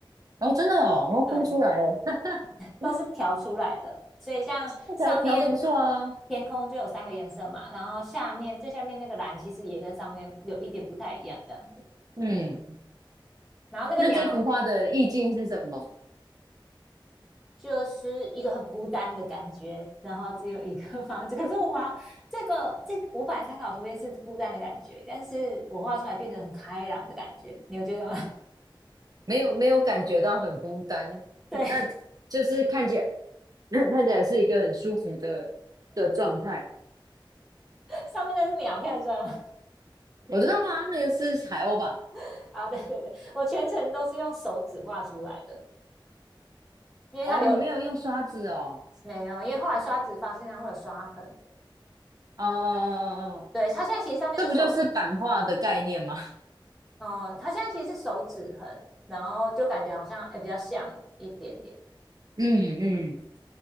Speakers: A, on the right; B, in the centre.
A: 哦，真的哦，我看不出来耶，
B: 对，
A: <laughs>
B: 都是调出来的。所以像上面
A: 那条调的不错啊。
B: 天空就有三个颜色嘛，然后下面最下面那个蓝其实也跟上面有一点不太一样，这样子。
A: 嗯，
B: 然后那个鸟
A: 那这幅画的意境是什么？
B: 就是一个很孤单的感觉，然后只有一个 <laughs> 房子。可是我把这个这五百参考图片是孤单的感觉，但是我画出来变得很开朗的感觉，你有觉得吗？
A: 没有没有感觉到很孤单，
B: <laughs> 对，
A: 那就是看起来 <laughs> <clears throat> 看起来是一个很舒服的的状态。
B: 上面那是鸟，看得出来吗？
A: 我知道啊，那个是海鸥吧？
B: <laughs> 啊，对对对，我全程都是用手指画出来的，因为它留
A: 哦，你没有用刷子哦，
B: 没有，因为后来刷子发现它会有刷痕。
A: 哦哦哦哦，
B: 对，它现在其实上面是手，
A: 这不就是版画的概念吗？
B: 嗯、它现在其实是手指痕，然后就感觉好像哎诶比较像一点点。
A: 嗯嗯，